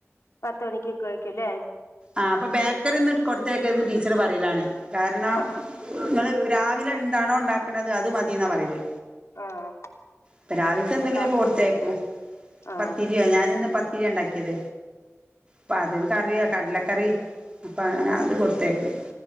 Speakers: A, on the left (about 70°); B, on the right (about 20°).
A: പത്ത് മണിക്ക് കഴിക്കുല്ലേ
B: ആഹ് അപ്പൊ ബേക്കറ്യൊന്ന് കൊട്ത്തേക്കര്ത് ന്ന് ടീച്ചറ് പറയലാണ് കാരണം
A: ആഹ്
B: ഇങ്ങള് രാവിലെ എന്താണോ ഇണ്ടാക്ക്ണത് അത് മതീന്നാ പറയല്.
A: ആഹ്
B: പ്പ രാവിൽത്തെ
A: അപ്പൊ
B: എന്തെങ്കിലൊക്കെ
A: കാപ്പി
B: കൊടുത്തേക്കും.
A: ആഹ്
B: പത്തിര്യോ ഞാനിന്ന് പത് ത്തിര്യാ ഇണ്ടാക്ക്യേത്. പ്പതും കറിയോ കടലക്കറി അപ്പ അങ്ങനെ
A: ആഹ്
B: അത് കൊടുത്തയ്ക്കും.